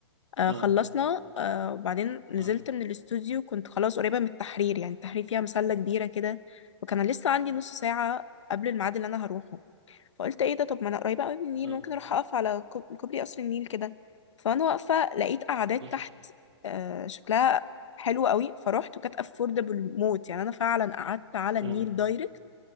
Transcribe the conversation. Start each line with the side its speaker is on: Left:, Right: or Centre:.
Left: آه
Right: مم.
Left: خلصنا آه وبعدين نزلت
Right: مم.
Left: من الاستوديو كنت خلاص قريبة من التحرير يعني التحرير فيها مسلة كبيرة كده وكان لسه عندي نص ساعة قبل الميعاد اللي أنا هروحه فقلت إيه ده طب ما أنا قريبة قوي من النيل
Right: مم.
Left: ممكن أروح أقف على كوب- كوبري قصر النيل كده فأنا واقفة لقيت قعدات
Right: مم.
Left: تحت آه شكلها حلو قوي فروحت وكانت أفوردبل موت يعني أنا فعلا قعدت على النيل
Right: مم.
Left: دايركت